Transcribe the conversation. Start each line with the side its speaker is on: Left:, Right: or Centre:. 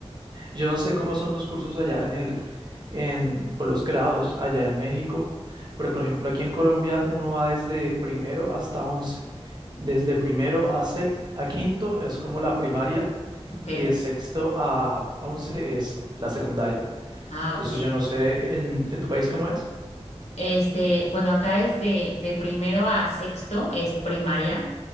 Right: yo no sé cómo son los cursos allá en el, en, o los grados allá en México, pero por ejemplo aquí en Colombia uno va desde primero hasta once. Desde primero a sex- a quinto es como la primaria
Left: ok.
Right: y de sexto a once es la secundaria.
Left: Ah,
Right: Entonces
Left: ok.
Right: yo no sé, ¿en, en tu país cómo es?
Left: Este, bueno, acá es de, de primero a sexto, es primaria,